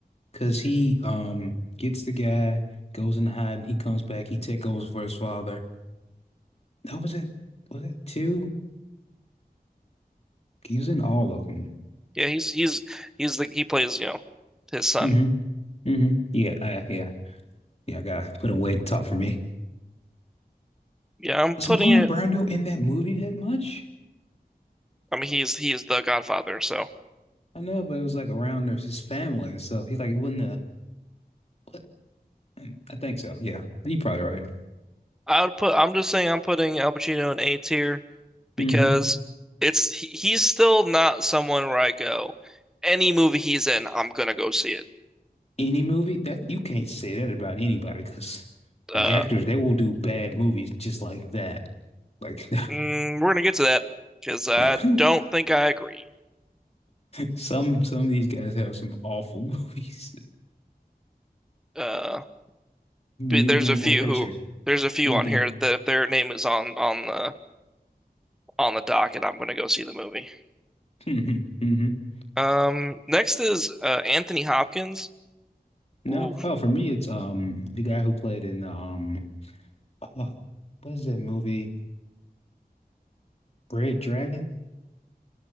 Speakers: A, on the left; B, in the centre.
A: because he um gets the guy, goes in hiding, he comes back, he take over for his father. That was it. Was it two? He was in all of them.
B: yeah, he's he's he's the he plays, you know, his son.
A: hmm hmm Yeah, uh, yeah. Yeah, I gotta put him way top for me.
B: Yeah, I'm
A: Was
B: putting
A: Marlon
B: it.
A: Brando in that movie that much?
B: I mean, he's he is the Godfather, so
A: I know, but it was like around there's his family and stuff. He's like, wouldn't the what? I think so. Yeah, you are probably right.
B: I would put. I'm just saying, I'm putting Al Pacino in A tier because
A: hmm
B: it's he, he's still not someone where I go, any movie he's in, I'm gonna go see it.
A: Any movie that you can't say that about anybody because
B: Uh,
A: like actors, they will do bad movies just like that. Like
B: mm, we're gonna get to that because I
A: <laughs>
B: don't think I agree.
A: some some of these guys have some awful <laughs> movies.
B: Uh.
A: Do
B: there's
A: anything
B: a few
A: for a paycheck.
B: who there's a few
A: Anything.
B: on here that if their name is on on the on the docket, I'm gonna go see the movie.
A: <laughs> hmm
B: Um, next is uh, Anthony Hopkins.
A: No.
B: Ooh,
A: Oh, for me, it's um the guy who played in um Oh, what is that movie? Red Dragon?